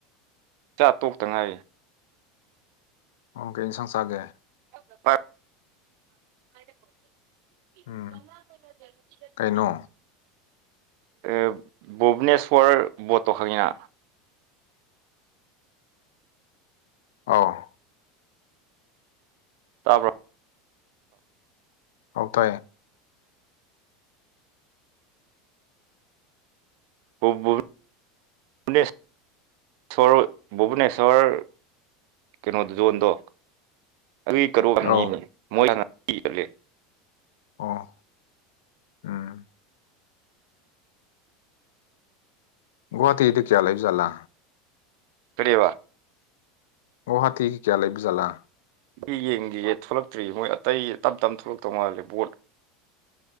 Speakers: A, on the right (about 65°); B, on the left (about 80°).
A: ꯆꯥ ꯇꯣꯛꯇ ꯉꯥꯏꯔꯤ
B: ꯑꯣ ꯀꯩ ꯏꯁꯪ ꯆꯥꯒꯦ
A: <unintelligible> <unintelligible>
B: ꯎꯝ ꯀꯩꯅꯣ
A: ꯑꯦꯞ ꯚꯨꯚꯅꯦꯁꯣꯔ ꯕꯣꯠꯇꯣ ꯈꯪꯉꯤꯅ
B: ꯑꯥꯎ
A: ꯇꯥꯕ꯭ꯔꯣ
B: ꯑꯥꯎ ꯇꯥꯏꯌꯦ
A: <unintelligible> ꯁꯣꯔ ꯚꯨꯚꯅꯦꯁꯣꯔ ꯀꯩꯅꯣ ꯖꯣꯟꯗꯣ ꯑꯗꯨꯒꯤ ꯀꯔꯣ <inaudible>
B: ꯑꯥꯎ ꯑꯣ ꯎꯝ ꯒꯨꯍꯥꯇꯤꯗ ꯀꯌꯥ ꯂꯩꯕ ꯖꯥꯂꯥ
A: ꯀꯔꯤꯕ
B: ꯒꯨꯍꯥꯇꯤꯒꯤ ꯀꯌꯥ ꯂꯩꯕ ꯖꯥꯠꯂꯥ
A: ꯏ ꯌꯦꯡꯗꯤꯌꯦ ꯊꯣꯛꯂꯛꯇ꯭ꯔꯤꯌꯦ ꯃꯣꯏ ꯑꯇꯩ ꯇꯞ ꯇꯞꯅ ꯊꯣꯛꯂꯛꯇꯧ ꯃꯥꯜꯂꯦ ꯕꯣꯠ